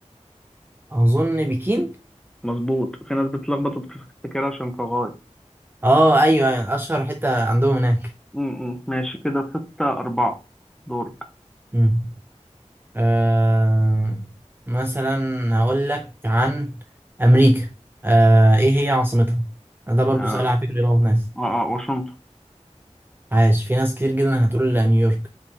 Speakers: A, on the right; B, in the centre.
A: أظن بكين
B: مظبوط في ناس بتلخبط وبتفتكرها شنغهاي
A: اه أيوة أيوة، أشهر حتة عندهم هناك
B: مم، مم. ماشي كده ستة أربعة دورك
A: مم. أه... مثلا هقول لك عن أمريكا أه... ايه هي عاصمتها ده برضو
B: اه
A: سؤال على فكرة يلخبط ناس
B: اه آه، واشنطن
A: عاش في ناس كتير جدا هتقول نيويورك